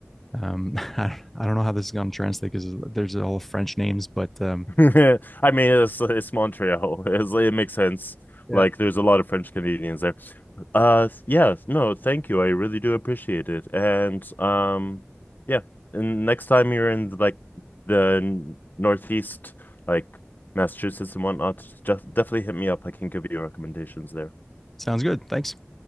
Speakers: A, in the centre; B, on the left.
A: um, <laughs> I, I don't know how this is going to translate because there's all french names but um,
B: <laughs> I mean, it's it's Montreal. It's, it makes sense.
A: Yeah.
B: Like, there's a lot of French Canadians there. Uh, yeah, no, thank you. I really do appreciate it. And um, yeah, and next time you're in like the n- Northeast, like Massachusetts and whatnot, just definitely hit me up. I can give you recommendations there.
A: sounds good thanks